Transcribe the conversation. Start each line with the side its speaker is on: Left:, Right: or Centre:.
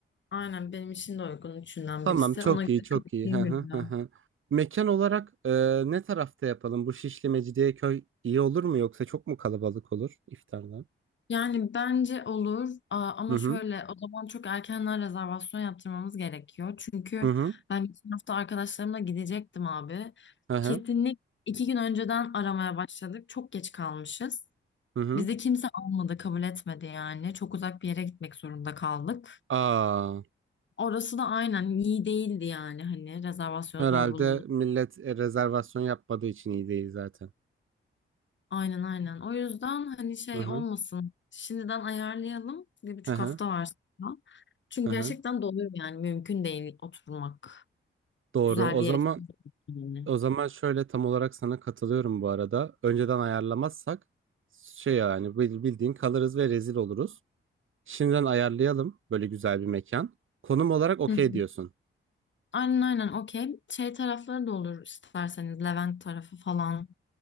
Left: Aynen benim için de uygun üçünden
Right: Tamam
Left: birisi.
Right: çok
Left: Ona göre
Right: iyi çok
Left: kapatayım
Right: iyi. Hı hı
Left: gününü.
Right: hı hı. Mekan olarak e, ne tarafta yapalım? Bu Şişli Mecidiyeköy iyi olur mu yoksa çok mu kalabalık olur iftarda?
Left: Yani bence olur Aa, ama
Right: Hı hı
Left: şöyle o zaman çok erkenden rezervasyon yaptırmamız gerekiyor. Çünkü
Right: hı hı
Left: ben geçen hafta arkadaşlarımla gidecektim abi.
Right: hı hı.
Left: Kesinlik iki gün önceden aramaya başladık. Çok geç kalmışız.
Right: hı hı.
Left: Bizi kimse almadı, kabul etmedi yani. Çok uzak bir yere gitmek zorunda kaldık.
Right: Aa.
Left: Orası da aynen iyi değildi yani hani rezervasyon
Right: Herhalde
Left: zor bulundu.
Right: millet e, rezervasyon yapmadığı için iyi değil zaten.
Left: Aynen aynen. O yüzden hani şey
Right: Hı hı.
Left: olmasın. Şimdiden ayarlayalım. Bir buçuk
Right: Hı hı.
Left: hafta var sonra. Çünkü
Right: Hı
Left: gerçekten
Right: hı.
Left: doluyor yani. Mümkün değil oturmak.
Right: Doğru.
Left: Güzel
Right: O
Left: bir
Right: zaman
Left: yere. Yani.
Right: o zaman şöyle tam olarak sana katılıyorum bu arada. Önceden ayarlamazsak şey yani bil- bildiğin kalırız ve rezil oluruz. Şimdiden ayarlayalım böyle güzel bir mekan. Konum olarak okey
Left: Hı hı.
Right: diyorsun.
Left: Aynen aynen okey. Şey tarafları da olur isterseniz. Levent tarafı falan.